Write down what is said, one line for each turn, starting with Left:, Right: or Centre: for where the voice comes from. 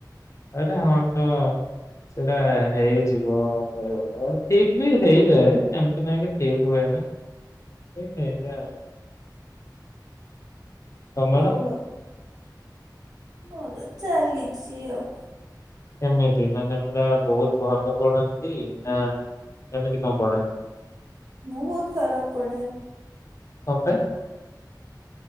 Left: ଆରେ ହଁ ତ ସେଇଟା ହେଇଯିବ ବେଳେ ବେଳେ ଠିକ ବି ହେଇଯାଏ ଏମ ନାଇକି ଠିକ ହୁଏ ନା ଠିକ ହେଇଯାଏ ଆଉ। ତମର।
Right: କୁହ। ମୋର ଚାଲିଛି ଆଉ।
Left: କେମିତି ମାନେ ପୁରା ବହୁତ ଭଲ ପଢନ୍ତି ନା କେମିତି କଣ ପଢନ୍ତି?
Right: ମୁଁ ବହୁତ ଖରାପ ପଢ଼େ।
Left: କଣ ପାଇଁ?